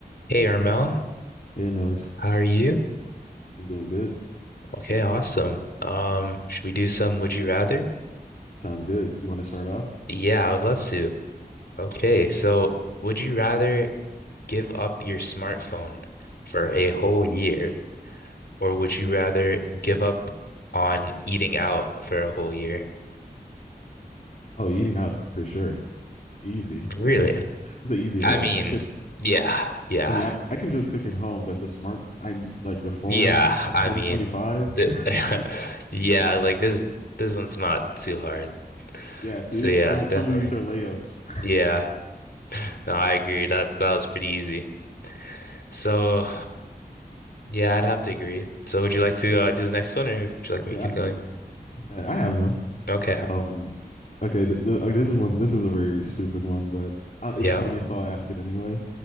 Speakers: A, on the left; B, on the left.
A: Hey Armel,
B: Hey, Noj,
A: how are you?
B: I'm doing good.
A: Okay, awesome. Um, should we do some would you rather?
B: Sounds good. You want to start off?
A: Yeah, I would love to. Okay, so would you rather give up your smartphone for a whole year, or would you rather give up on eating out for a whole year?
B: Oh, eating out for sure. Easy.
A: Really?
B: <laughs> It's an easy layup.
A: I mean,
B: I can.
A: yeah, yeah,
B: I mean, I, I can just cook in home, but the smart, I like the phone
A: yeah.
B: in
A: I
B: 2025.
A: mean, th
B: <laughs>
A: <laughs> yeah, like this this one's not too hard.
B: Yeah, see,
A: So yeah,
B: some of
A: definitely.
B: some of these are layups. <laughs>
A: Yeah. No, I agree. That's that was pretty easy. So, yeah, I'd have to agree. So, would you like to uh, do the next one, or would you like me
B: Yeah,
A: to keep going?
B: I I have one.
A: Okay.
B: Um, okay, th th okay, this is one. This is a very stupid one, but uh,
A: Yeah.
B: it's funny, so I'll ask it anyway.